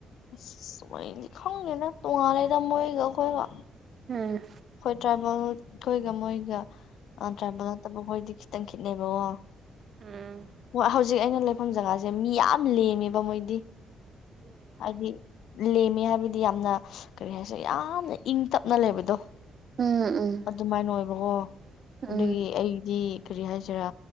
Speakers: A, on the left; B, on the right.
A: ꯑꯁꯗꯤ ꯈꯪꯗꯦꯅ ꯇꯣꯉꯥꯂꯗ ꯃꯣꯏꯒ ꯑꯩꯈꯣꯏꯒ
B: ꯎꯝ
A: ꯍꯣꯏ ꯇ꯭ꯔꯥꯏꯕꯦꯜ ꯈꯣꯏꯒ ꯃꯣꯏꯒ ꯇ꯭ꯔꯥꯏꯕꯦꯜ ꯅꯠꯇꯕꯈꯣꯏꯗꯤ ꯈꯤꯇꯪ ꯈꯤꯠꯅꯩꯕꯀꯣ
B: ꯎꯝ
A: ꯍꯣꯏ ꯍꯧꯖꯤꯛ ꯑꯩꯅ ꯂꯩꯐꯝ ꯖꯒꯥꯁꯦ ꯃꯤ ꯌꯥꯝ ꯂꯦꯝꯃꯦꯕ ꯃꯣꯏꯗꯤ ꯍꯥꯏꯗꯤ ꯂꯦꯝꯃꯦ ꯍꯥꯏꯕꯗꯤ ꯌꯥꯝꯅ ꯀꯔꯤ ꯍꯥꯏꯁꯦ ꯌꯥꯝꯅ ꯏꯪ ꯇꯞꯅ ꯂꯩꯕꯗꯣ
B: ꯎꯝ ꯎꯝ
A: ꯑꯗꯨꯃꯥꯏꯅ ꯑꯣꯏꯕꯀꯣ ꯑꯗꯨꯒꯤ
B: ꯎꯝ
A: ꯑꯩꯗꯤ ꯀꯔꯤ ꯍꯥꯏꯁꯤꯔꯥ